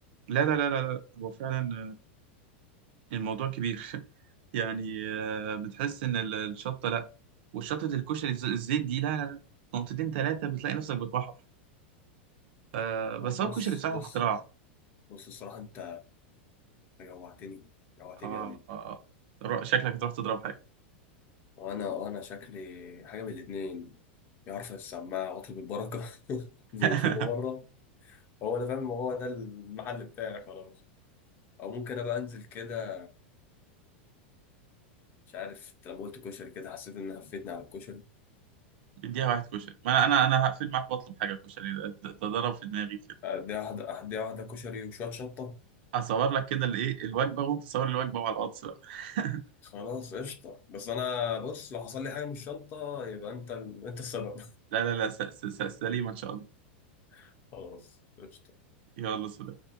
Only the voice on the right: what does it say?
لا لا لا لا لا. هو فعلا الموضوع كبير <laughs> يعني آه، بتحس ان ال- الشطه لا والشطه الكشري الز- الزيت دي لا لا لا نقطتين ثلاثه بتلاقي نفسك بتوحش آه، بس
هو
الكشري بصراحه
اختراع
آه،
آه، رو- شكلك تروح تضرب حاجه
<laughs>
اديها واحد كشري ما انا انا انا هقفل معاك واطلب حاجه كشري ده ده- ده ضرب في دماغي كده
هصور لك كده الايه الوجبه وانت صور الوجبه وعلى الواتس بقى <laughs>
لا لا لا س- س- س- سليمه ان شاء الله
يلا سلام